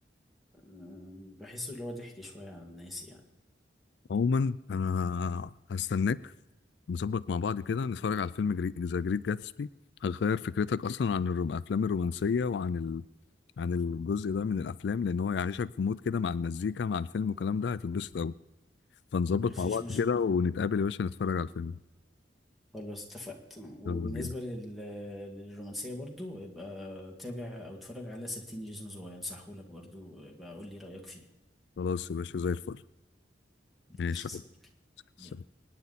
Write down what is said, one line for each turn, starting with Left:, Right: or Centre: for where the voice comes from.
Centre: أمم، بحسه اللي هو ضحك شوية على الناس يعني
Left: عموما انا هستناك نظبط مع بعض كده نتفرج على فيلم جري- ذا جريت جاتسبي هتغير فكرتك اصلا عن الروم- الافلام الرومانسيه وعن ال... عن الجزء ده من الافلام لان هو يعيشك في مود كده مع المزيكا مع الفيلم والكلام ده هتتبسط قوي فنظبط
Centre: مفيش
Left: مع بعض
Centre: مشكلة
Left: كده ونتقابل يا باشا نتفرج على الفيلم
Centre: خلاص اتفقت وبالنسبة
Left: يلا بينا
Centre: لل... للرومانسية برضو يبقى تابع أو اتفرج على 13 ريزونز واي أنصحهولك برضو يبقى قول لي رأيك فيه
Left: خلاص يا باشا زي الفل
Centre: ماشي
Left: ماشي
Centre: يا
Left: يا
Centre: صديقي
Left: حبيبي. سلام
Centre: يلا.